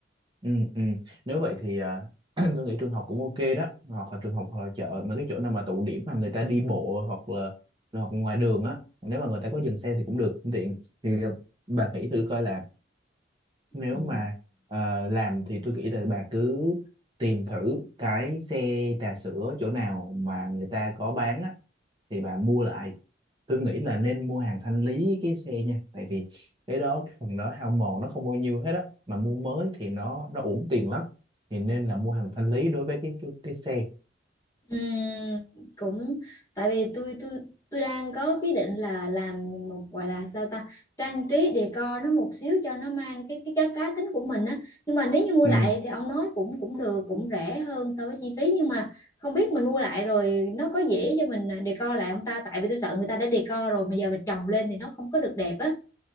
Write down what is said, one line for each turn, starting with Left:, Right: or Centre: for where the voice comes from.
Right: ừ, ừ. nếu vậy thì à, <clears throat> tôi nghĩ trường học cũng ok đó hoặc là trường học hoặc là chợ mà cái chỗ nào mà tụ điểm mà người ta đi bộ hoặc là hoặc ngoài đường á nếu mà người ta có dừng xe thì cũng được cũng tiện thì ờ, bà nghĩ thử coi là nếu
Left: Ừ.
Right: mà ờ, làm thì tôi nghĩ là bà cứ tìm thử cái xe trà sữa chỗ nào mà người ta có bán á thì bà mua lại tôi nghĩ là nên mua hàng thanh lý cái xe nha tại vì cái đó cái phần đó hao mòn nó không bao nhiêu hết á mà mua mới thì nó nó uổng tiền lắm thì nên là mua hàng thanh lý đối với cái cái, cái xe
Left: Ừm, cũng tại vì tôi tôi tôi đang có cái định là làm một gọi là sao ta trang trí decor nó một xíu cho nó mang cái cái cá cá tính của mình á nhưng mà nếu như mua
Right: ừ.
Left: lại thì ông nói cũng cũng được cũng rẻ hơn so với chi phí nhưng mà không biết mình mua lại rồi nó có dễ cho mình à, decor lại không ta tại vì tôi sợ người ta đã decor rồi mà giờ mình chồng lên thì nó không có được đẹp á